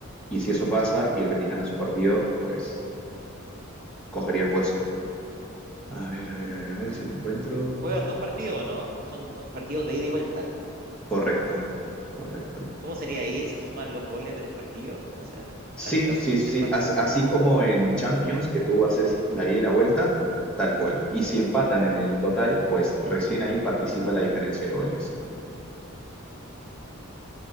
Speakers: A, in the centre; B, on the right.
A: y si eso pasa y el Betis gana su partido, pues cogería el puesto. A ver, a ver, a ver, a ver si lo encuentro.
B: Juegan dos partidos, ¿no? Son do- partidos de ida y vuelta.
A: Correcto, correcto.
B: ¿Cómo sería ahí? ¿Se suman los goles de los partidos? ¿Cómo será?
A: Sí,
B: Tal el caso
A: sí,
B: del
A: sí,
B: desempate.
A: sí. As- Así, como en Champions, que tú haces la ida y la vuelta, tal cual. Y si empatan en el total, pues recién ahí participa la diferencia de goles.